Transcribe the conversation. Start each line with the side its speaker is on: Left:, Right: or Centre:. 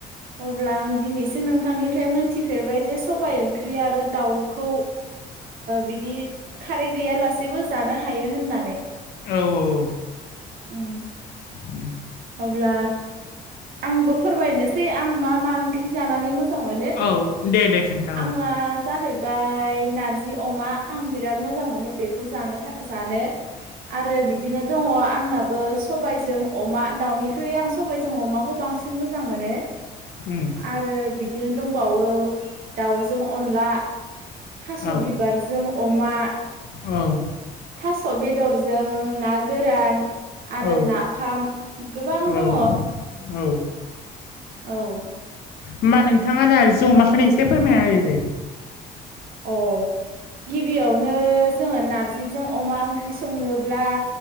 Right: अब्ला आं दिनैसो नोंथांनिफ्राय मोनथिफेरबाय जे सबाइ ओंख्रि आरो दाउखौ बिदि खारै गैयालासेबो जानो हायो होननानै।
Left: औ औ औ
Right: उ
Left: उ
Right: अब्ला आंबो फोरमायनोसै आं मा मा ओंख्रि जानानै मोजां मोजां मोनो
Left: औ दे दे खोन्था
Right: आंना
Left: औ
Right: जाहैबाय नारजि अमा आं बिराद मोजां मोनो बेखौ खौ ज जानो आरो बिदिनो दङ आंनाबो सबायजों अमा दाउनिख्रुइ आं सबबायजों अमाखौ बांसिन मोजां मोनो
Left: उम
Right: आरो बिदि बिदिनो दंबावो दाउजों अनला थास'
Left: औ
Right: बिबारजों अमा
Left: औ
Right: थास' बेदरजों ना गोरान आरो
Left: औ
Right: नाफाम गोबां
Left: औ
Right: दङ
Left: औ
Right: औ
Left: होमबा नोंथाङानो आरो जमाखौनो एसे फोरमाया आरोे
Right: अ गिबियावनो जोङो नारजिजों अमा ओंख्रि ्रि संनोब्ला